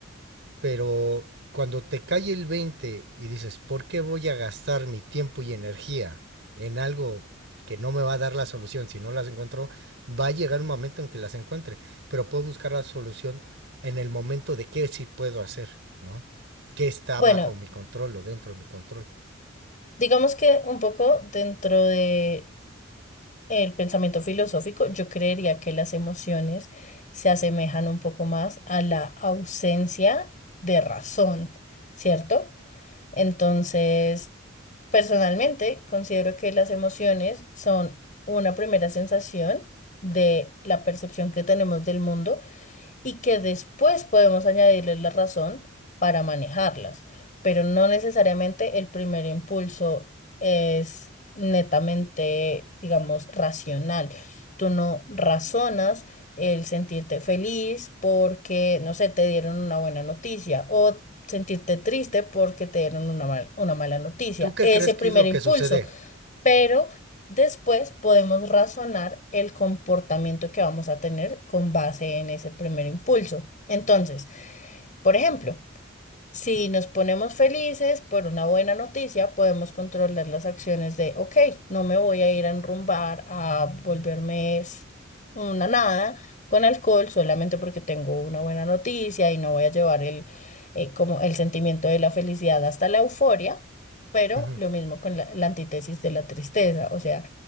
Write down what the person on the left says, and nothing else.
Bueno,
digamos que un poco dentro de El pensamiento filosófico, yo creería que las emociones se asemejan un poco más a la ausencia de razón, ¿cierto? Entonces, personalmente considero que las emociones son una primera sensación de la percepción que tenemos del mundo y que después podemos añadirles la razón para manejarlas, pero no necesariamente el primer impulso es netamente, digamos, racional. Tú no razonas el sentirte feliz porque, no sé, te dieron una buena noticia o sentirte triste porque te dieron una mal- una mala noticia.
Ese
primer
impulso
pero después podemos razonar el comportamiento que vamos a tener con base en ese primer impulso. Entonces, por ejemplo, si nos ponemos felices por una buena noticia, podemos controlar las acciones de, ok, no me voy a ir a enrumbar, a volverme s- una nada con alcohol solamente porque tengo una buena noticia y no voy a llevar el, eh, como el sentimiento de la felicidad hasta la euforia, pero
lo mismo con la, la antítesis de la tristeza, o sea,